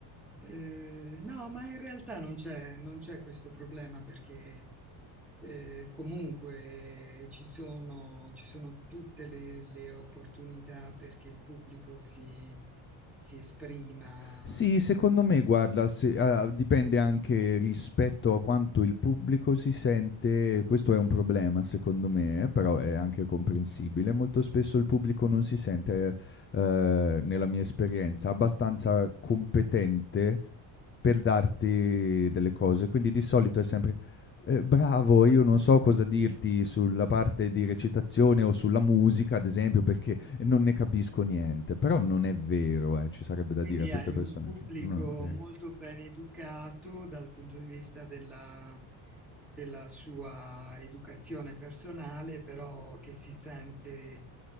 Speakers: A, in the centre; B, on the left.
A: Eh, no, ma in realtà non c'è non c'è questo problema perché eh, comunque ci sono, ci sono tutte le, le opportunità perché il pubblico si, si esprima
B: Sì, secondo me, guarda, se- ah, dipende anche rispetto a quanto il pubblico si sente, questo è un problema secondo me, eh, però è anche comprensibile. Molto spesso il pubblico non si sente, eh, nella mia esperienza, abbastanza competente per darti delle cose, quindi di solito è sempre... "Eh, bravo, io non so cosa dirti sulla parte di recitazione o sulla musica, ad esempio, perché non ne capisco niente, però non è vero, eh, ci sarebbe da
A: Quindi
B: dire a queste
A: hai
B: persone,
A: un pubblico
B: cioè, no, non è vero.
A: molto ben educato dal punto di vista della, della sua educazione personale, però che si sente